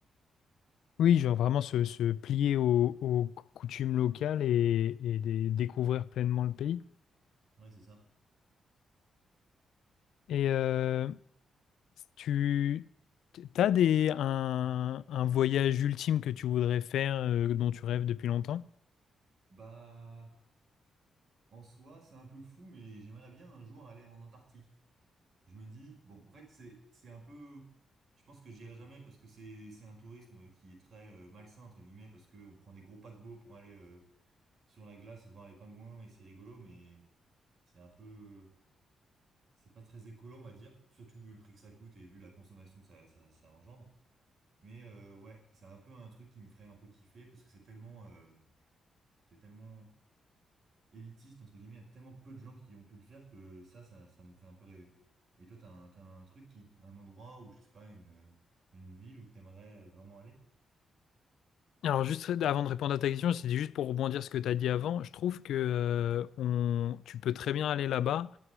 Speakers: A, on the left (about 85°); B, on the right (about 55°).
A: Oui, genre vraiment se, se plier aux, aux coutumes locales et, et dé- découvrir pleinement le pays.
B: Ouais, c'est ça.
A: Et euh, tu as des, un, un voyage ultime que tu voudrais faire, euh, dont tu rêves depuis longtemps?
B: Bah, en soi, c'est un peu fou, mais j'aimerais bien un jour aller en Antarctique. je me dis, bon, en fait, c'est, c'est un peu, je pense que j'irai jamais parce que c'est, c'est un tourisme qui est très euh, malsain, entre guillemets, parce qu'on prend des gros paquebots pour aller euh, sur la glace voir les pingouins et c'est rigolo, mais c'est un peu, c'est pas très écolo, on va dire, surtout vu le prix que ça coûte et vu la consommation que ça, ça, ça engendre. Mais euh, ouais, c'est un peu un truc qui me ferait un peu kiffer parce que c'est tellement, euh, c'est tellement élitiste, entre guillemets, il y a tellement peu de gens qui ont pu le faire que ça, ça, ça me fait un peu rêver. Et toi, t'as un, t'as un truc qui, un endroit où, je sais pas, une, une ville où t'aimerais euh, vraiment aller?
A: Alors juste avant de répondre à ta question, c'est juste pour rebondir sur ce que tu as dit avant. Je trouve que euh, on, tu peux très bien aller là-bas